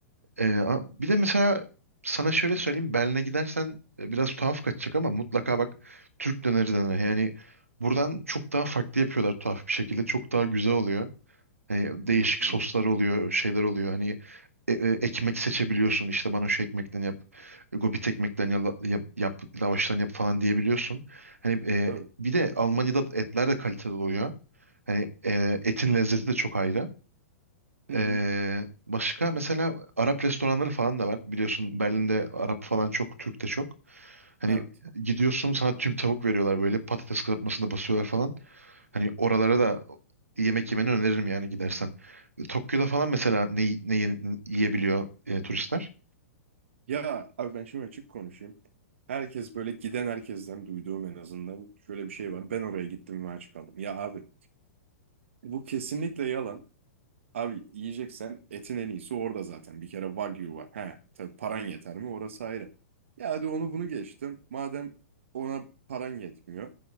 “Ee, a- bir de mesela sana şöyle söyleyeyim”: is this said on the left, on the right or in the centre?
Right